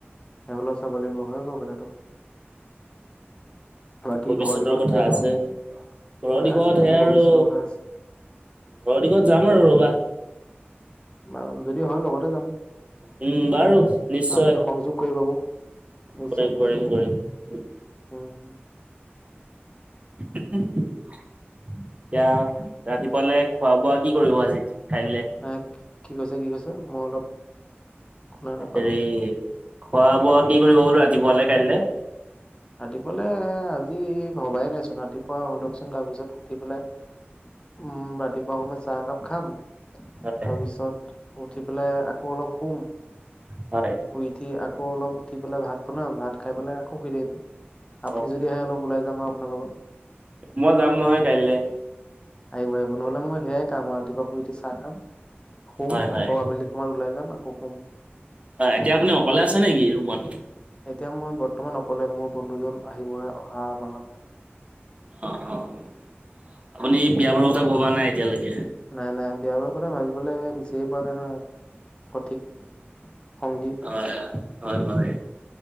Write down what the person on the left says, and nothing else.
সেইবেল চাব লাগিব হয় বাৰু কথাাতটো বাকী
ঘৰৰ দিশত
কেতিয়া যাব
অ',
আছে আছে
ভৱিষ্যতৰ কথা আছে
ম যদি হয় লগতে যাম
আপুনি সংযোগ কৰিব মোক। নিশ্চয়,
নিশ্চয়
উম হু।
হে কি কৈছে, কি কৈছে, মই অলপ শুনা নাপালো
ৰাতিপুৱালে আজি ভবাই নাইচোন ৰাতিপুৱা শহৈ লওকচোন তাৰপিছত উঠি পেলাই উম ৰাতিপুৱা সময় চাহ একাপ খাম
তাৰপিছত উঠি পেলাই আকৌ অলপ শুম।
শুই উঠি আকৌ অলপ উঠি পেলাই ভাত বনাম ভাত খাই পেলাই আকৌ শুই দিম। আপুনি
যদি আহে অলপ ওলাই যাম আৰু আপোনাৰ লগত।
আহিব আহিব নহ'লে মই সেয়াই খাম আৰু ৰাতিপুৱা শুই উঠি চাহ খাম শুম
আকৌ আবেলি সময়ত ওলাই যাম আকৌ শুম।
এতিয়া মই বৰ্তমান অকলে মোৰ বন্ধুজন আহিবহে অহা মাহত।
নাই, নাই বিয় বাৰু কথা ভাবিবলৈ বেছিয়ে পোৱা নাই নহয় সঠিক সংগী।